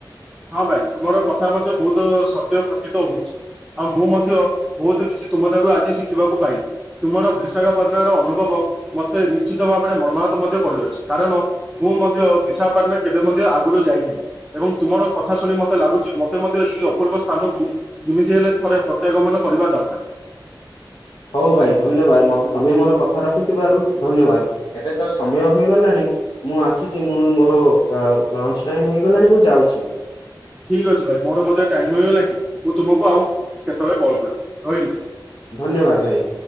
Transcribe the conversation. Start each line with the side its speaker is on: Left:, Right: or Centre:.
Centre: ହଁ ଭାଇ ତୁମର କଥା ମଧ୍ୟ ବୋହୁତୁ ସତ୍ୟ ପ୍ରତୀତ ହୋଉଛି। ଆଉ ମୁଁ ମଧ୍ୟ ବୋହୁତୁ କିଛି ତୁମ ଠାରୁ ଆଜି ଶିଖିବାକୁ ପାଇଲି। ତୁମର ବିଶାଖପାଟଣ ର ଅନୁଭବ ମୋତେ ନିଶ୍ଚିତ ଭାବରେ ମର୍ମାହତ ମଧ୍ୟ କରିଦୋଉଛି କାରଣ ମୁଁ ମଧ୍ୟ ବିଶାଖାପାଟଣା କେବେ ମଧ୍ୟ ଆଗରୁ ଯାଇନାହିଁ। ଏବଂ ତୁମର କଥା ଶୁଣି ମୋତେ ଲାଗୁଛି ମୋତେ ମଧ୍ୟ ଏହି ଅପୂର୍ବ ସ୍ଥାନକୁ ଯେମିତି ହେଲେ ଥରେ ପ୍ରତ୍ୟାଗମନ କରିବା ଦରକାର।
Left: ହଉ ଭାଇ ଧନ୍ୟବାଦ ମତେ ତମେ ମୋର କଥା ରଖିଥିବାରୁ ଧନ୍ୟବାଦ। ଏବେ ତ ସମୟ ହେଇଗଲାଣି। ମୁଁ ଆସୁଛି ମୁଁ ମୋର ଲଞ୍ଚ ଟାଇମ ହେଇଗଲାଣି ମୁଁ ଯାଉଛି।
Centre: ଠିକ୍ ଅଛି ଭାଇ ମୋର ମଧ୍ୟ ଟାଇମ ହେଇଗଲା କି ମୁଁ ତୁମକୁ ଆଉ କେତେବେଳେ କଲ୍ କରିବି ରହିଲି ଭାଇ।
Left: ଧନ୍ୟବାଦ ଭାଇ।